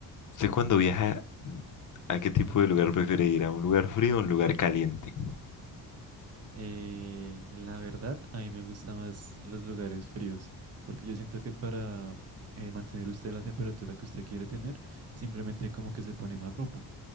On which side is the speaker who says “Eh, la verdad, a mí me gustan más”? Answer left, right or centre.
Right